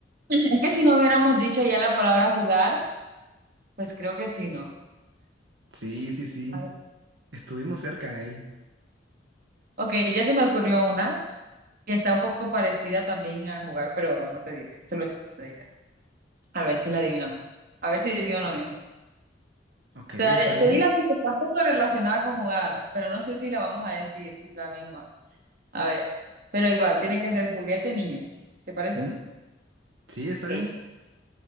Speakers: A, on the right (about 50°); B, on the right (about 70°).
A: es que si no hubiéramos dicho ya la palabra jugar, pues creo que sí, ¿no?
B: Sí, sí, sí.
A: Ay.
B: Estuvimos cerca ahí.
A: Ok, ya se me ocurrió una que está un poco parecida también a jugar, pero no te diré, solo eso te diré. A ver si la adivinamos. A ver si decimos lo mismo.
B: Ok, está
A: Te, daré-
B: bien.
A: te di la pista, está un poco relacionada con jugar, pero no sé si la vamos a decir la misma. A ver, pero igual, tiene que ser juguete niño. ¿Te parece?
B: Ujú. Sí, está
A: Ok.
B: bien.